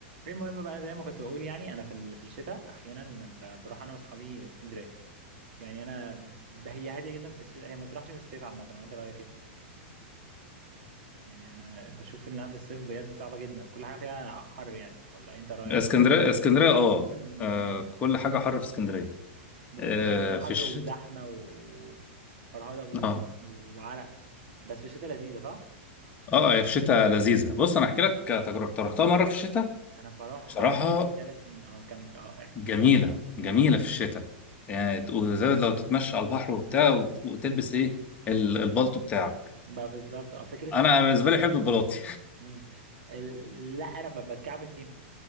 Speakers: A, on the right; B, on the left.
A: المهم بقى زي ما كنت بقول يعني انا في ال- في الشتاء احيانا ب- بروح انا واصحابي اسكندريه يعني انا ب- هي هاديه جدا في الشتاء هي ما تروحش في الصيف عامه ولا انت رايك ايه يعني انا بشوف انها في الصيف بجد صعبه جدا كل حاجه فيها حر يعني ولا انت رايك
B: اسكندريه اسكندريه اه
A: م- م-
B: آه،
A: م.
B: كل حاجه حر في اسكندريه
A: ب- ب-
B: آه،
A: ب- بز- حر
B: في الشتاء
A: وزحمه وفرهده و-
B: اه
A: وعرق بس في الشتاء لذيذه صح
B: اه هي في الشتاء لذيذه بص انا احكي لك تجربه رحتها مره في الشتاء
A: انا بروحها
B: بصراحه
A: بقالي ثلاث سنين اه كمل اه احكي
B: جميله
A: امم
B: جميله في الشتاء يعني ت- وزي لو تتمشى على البحر وبتاع وت- وتلبس ايه ال- البلطو بتاعك
A: بقى بالظبط اه فكره
B: انا
A: ان هي
B: بالنسبه
A: اصلا
B: لي احب البلاطي
A: امم ال- لا انا ب- بتكعبل فيهم